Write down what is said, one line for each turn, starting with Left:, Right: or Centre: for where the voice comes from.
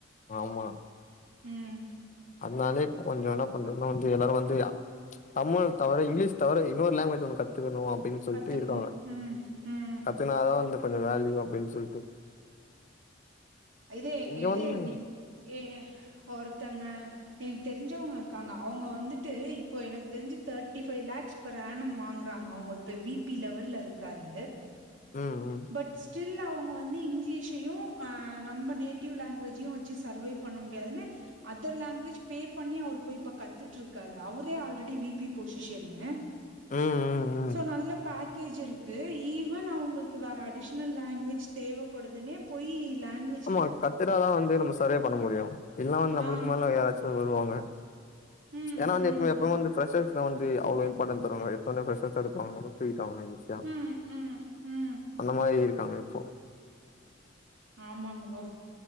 Left: ஆமா
Right: ம்
Left: அத்னால்யே இப்ப கொஞ்சோ இன்னா பண்றத்ன்னா வந்து எல்லாரு வந்து அ தமிழ தவிர இங்க்லீஷ் தவிர இன்னொரு லாங்குவேஜு ஒன்னு கத்துக்கணு அப் டின் சொல்ட்டு
Right: கத்துக்கணும்.
Left: இருக்காங்க
Right: ம், ம்.
Left: கத்துக்னாதா வந்து கொஞ்ச வேல்யூ அப்டின் சொல்ட்டு
Right: இது
Left: இங்க
Right: இது
Left: வந்து
Right: நீங் எ எ ஒருத்தங்க எனுக் தெரிஞ்சவங்க இருக்காங்க அவுங்க வந்துட்டு இப்போ எனக் தெரிஞ்சு தேட்டி ஃபை லேக்ஸ் பெர்ரானம் வாங்குறாங்க அவுங்க இப்ப விபி லெவல்ல இருக்காரு
Left: ம் ம்
Right: பட் ஸ்டில் அவுங்க வந்து இங்க்லீஷையு அ நம்ப நேட்டிவ் லாங்க்வேஜ்யு வெச்சு சர்வே பண்ண முடியாதுன்னு அதர் லாங்குவேஜ் பே பண்ணி அவுரு போய் இப்ப கத்துட்ருக்காரு அவரே ஆல்ரெடி விபி பொசிஷென்னு
Left: ம் ம் ம்
Right: சோ நல்ல பேக்கேஜ் இருக்கு ஈவன் அவுங்கள்க்கு வேற அடிஷ்னல் லாங்குவேஜ் தேவப்படுதுனே போயி லாங்வே
Left: ஆமா கத்துட்டாதா வந்து நம்ம சர்வே பண்ண முடியு இல்லன வந்து நம்புளுக்கு
Right: ஆ
Left: மேல யாராச்சு ஒரு வருவாங்க
Right: ம்
Left: ஏன்னா வந்து
Right: ம்
Left: எப்புமே எப்பவு வந்து ஃப்ரெஷர்ஸ் வந்து அவ்ளோ இம்பாட்டன் தருவாங்க எத்தொன்னே ஃப்ரெஷ்ஷஸ் தா எடுப்பாங்க <unintelligible> <unintelligible> ஈஸியா
Right: ம் ம் ம்
Left: அந்த மாரி இருக்காங்க இப்போ
Right: ஆமாங் ப்ரோ